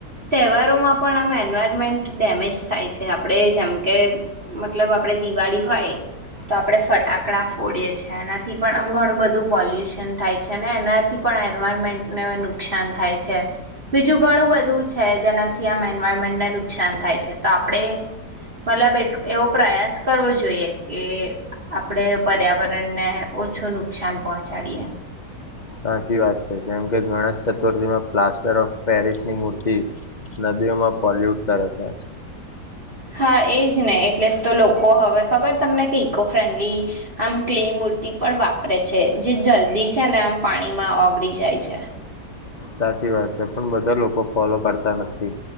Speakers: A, on the right; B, on the left.
A: તહેવારોમાં પણ આમ એન્વાયરમેન્ટ ડેમેજ થાય છે, આપણેે જેમકે, મતલબ આપણેે દિવાળી હોય, તો આપણેે ફટાકડા ફોડીએ છીએ. એનાથી પણ આમ ઘણું બધું પોલ્યુશન થાય છે અને એનાથી પણ એન્વાયરમેન્ટને નુકશાન થાય છે બીજું ઘણું બધું છે જેનાથી આમેન એયમેન્ટને નુકશાન થાય છે, તો આપણે મતલબ એવો પ્રયાસ કરવો જોઈએ કે આપણે પર્યાવરણ ને ઓછું નુકશાન પહોંચાડીએ.
B: સાચી વાત છે, જેમ કે ગણેશ ચતુર્થીમાં પ્લાસ્ટર ઓફ પેરિસની મૂર્તિ નદીઓમાં પોલ્યુટ કરે છે.
A: હા એજ ને, એટલે તો લોકો હવે ખબર તમને કે, ઈકો ફ્રેન્ડલી, આમ ક્લે મૂર્તિ પણ વાપરે છે, જે જલ્દી છે ને આમ પાણીમાં ઓગળી જાય છે.
B: સાચી વાત છે, પણ બધા લોકો ફોલો કરતા નથી,